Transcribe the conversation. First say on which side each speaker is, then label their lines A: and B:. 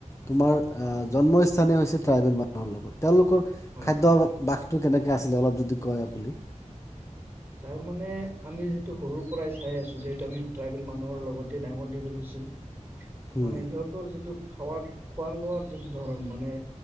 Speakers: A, on the left; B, on the right.
A: তোমাৰ আহ জন্মস্থান স্থানে হৈছে ট্ৰাইবেল মানুহৰ লগত। তেওঁলোকৰ
B: হয়
A: খাদ্য
B: হয়।
A: বাসটো কেনেকৈ আছিলে অলপ যদি কয় আপুনি,
B: তাৰ মানে আমি যিটো সৰুৰ পৰাই চাই আছো যিহেতু আমি ট্ৰাইবেল মানুহৰ লগতে ডাঙৰ দীঘল হৈছো।
A: হুম
B: মানে সিহঁতৰ যিটো খাৱাত, খোৱা লোৱাৰ যিটো ধৰণ মানে